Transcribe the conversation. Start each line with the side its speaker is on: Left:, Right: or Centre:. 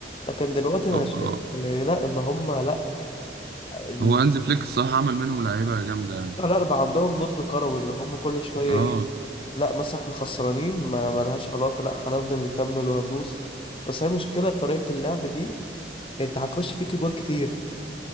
Left: لكن دلوقتي أنا
Right: هو
Left: شايف
Right: آه.
Left: يعني لا إن هما لا إن
Right: هو هانزي فليك الصراحه عمل منهم لعيبه جامده يعني
Left: لا بقى عندهم نضج كروي اللي هما كل شوية
Right: اه
Left: إيه لا مثلا إحنا خسرانين ما ملهاش علاقة لا هنفضل نكمل وهندوس بس هي مشكلة طريقة اللعب دي أنت هتخش فيك جوان كتير